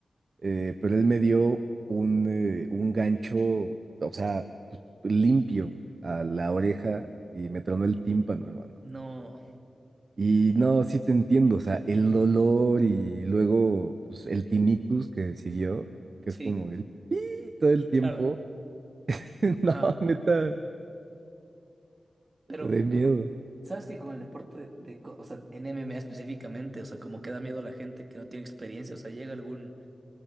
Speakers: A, on the right; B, on the right.
A: eh, pero él me dio un, eh, un gancho, o sea, limpio a la oreja y me tronó el tímpano, hermano.
B: No.
A: Y no, sí te entiendo, o sea, el dolor y luego pues, el tinnitus que siguió, que
B: Sí,
A: es como el pi todo el tiempo.
B: claro.
A: <laughs>
B: Ajá.
A: No, neta,
B: Pero,
A: de miedo.
B: ¿sabes que con el deporte de, de co- o sea, en MMA específicamente, o sea, como que da miedo a la gente que no tiene experiencia, o sea, llega algún